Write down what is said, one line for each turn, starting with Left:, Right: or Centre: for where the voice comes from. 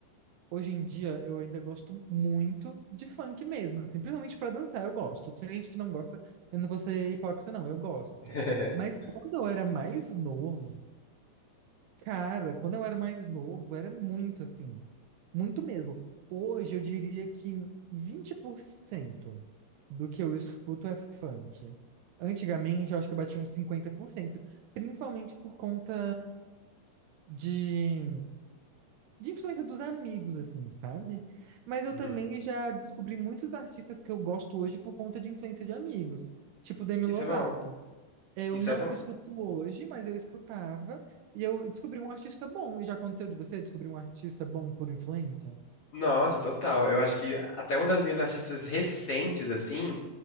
Right: Hoje em dia eu ainda gosto muito de funk mesmo, assim, principalmente pra dançar, eu gosto. Tem gente que não gosta, eu não vou ser hipócrita, não, eu gosto.
Left: <laughs>
Right: Mas quando eu era mais novo, cara, quando eu era mais novo, era muito assim, muito mesmo. Hoje eu diria que 20% do que eu escuto é funk. Antigamente eu acho que eu batia uns 50%, principalmente por conta de de influência dos amigos, assim, sabe? Mas eu
Left: Uhum.
Right: também já descobri muitos artistas que eu gosto hoje por conta de influência de amigos, tipo Demi
Left: Isso
Right: Lovato.
Left: é bom.
Right: Eu
Left: Isso
Right: não
Left: é bom.
Right: escuto hoje, mas eu escutava e eu descobri um artista bom. E já aconteceu de você descobrir um artista bom por influência?
Left: Nossa, total. Eu acho que até uma das minhas artistas recentes, assim.